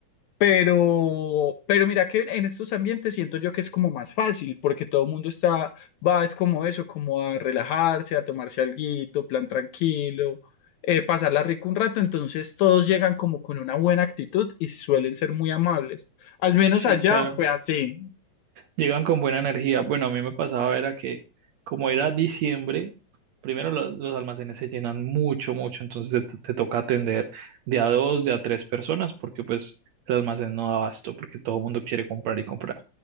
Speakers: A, on the left (about 80°); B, on the right (about 70°).
A: Pero, pero mira que en estos ambientes siento yo que es como más fácil, porque todo el mundo está, va, es como eso, como a relajarse, a tomarse alguito, plan tranquilo, eh, pasarla rico un rato, entonces todos llegan como con una buena actitud y suelen ser muy amables. Al menos
B: Sí,
A: allá
B: claro.
A: fue así,
B: Llegan con buena energía. Bueno, a mí me pasaba era que como era diciembre, primero lo- los, almacenes se llenan mucho, mucho, entonces te, te toca atender de a dos, de a tres personas, porque pues el almacén no da abasto, porque todo el mundo quiere comprar y comprar.